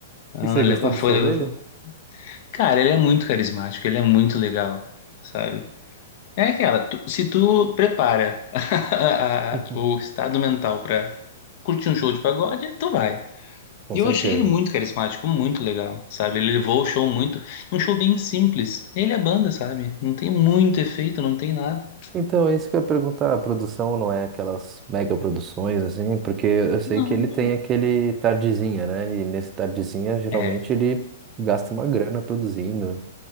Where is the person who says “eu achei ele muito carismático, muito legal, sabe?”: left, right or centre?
Left